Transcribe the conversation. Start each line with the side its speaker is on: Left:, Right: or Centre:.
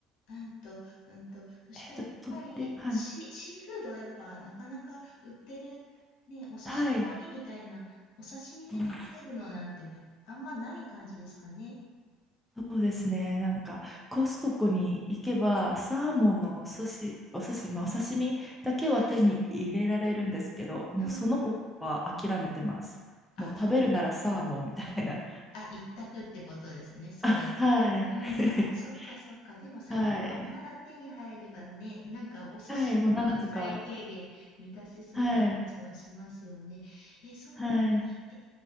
Left: うんと、うんと、そしたらやっぱりシ、
Centre: えっと、飛んで、はい。
Left: シーフードやっぱなかなか売ってる、ね、お寿司用にみたいな、
Centre: はい。
Left: お刺身で食べれるのなんてあんまない感じですかね。
Centre: うんそうですね。なんか、コストコに行けば、サーモンのお寿司、
Left: うん。
Centre: お寿司、まあ、お刺身だけは手に入れられるんですけど、
Left: ああ、
Centre: もうその方は諦めてます。
Left: うんうん。あ、
Centre: もう食べるならサーモンみたいな。
Left: なあ、一択ってことですね、
Centre: <laughs>
Left: それ。
Centre: あ、はい。
Left: うん、あー、そっかそっか。
Centre: <laughs>
Left: でもサーモンまだ手に入ればね、
Centre: はい。
Left: なんかお寿司とかは最低限満たせそうな感じはしますよね。
Centre: はい。もうなんとか。はい。
Left: え、そうなんだ。
Centre: はい。
Left: え、